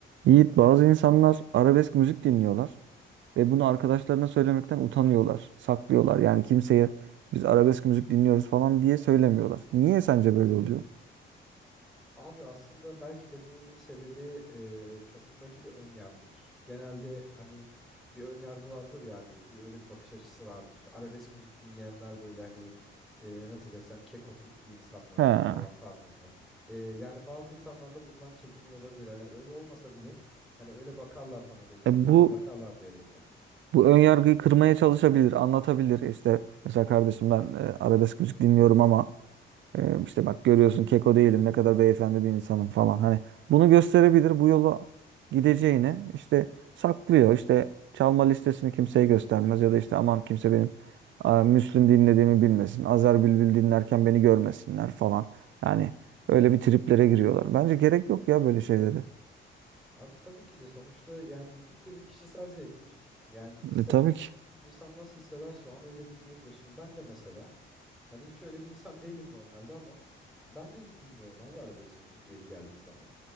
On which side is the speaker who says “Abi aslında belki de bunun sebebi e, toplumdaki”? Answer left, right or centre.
Centre